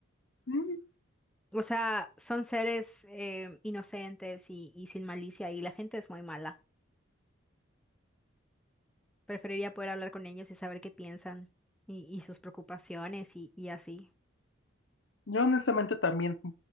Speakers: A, on the left; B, in the centre.
A: mm,
B: O sea, son seres eh, inocentes y, y sin malicia y la gente es muy mala. Preferiría poder hablar con ellos y saber qué piensan y, y sus preocupaciones y, y así.
A: yo honestamente también